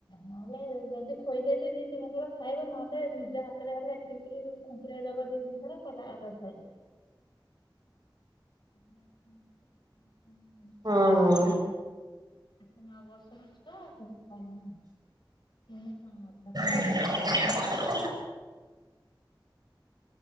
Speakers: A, on the left; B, on the right.
A: ନହେଲେ ଯଦି ଖୋଇଦେବି ଦି ତିନି କଳ ଖାଇବ ନହେଲେ ନିଜେ ହାତରେ ହେଲେ ଖାଲି ଟିକେ ଖୁମ୍ପୁରେଇ ଦବ ଦି ତିନିଥର ସଲା ତାର ସାରିଲା। ଆଜ୍ ହ ହ
B: ହଁ ହ
A: ଆସ ନଅ ବର୍ଷରୁ ଛୁଆ ସେବେ ଖାଇବା ନା
B: <inaudible>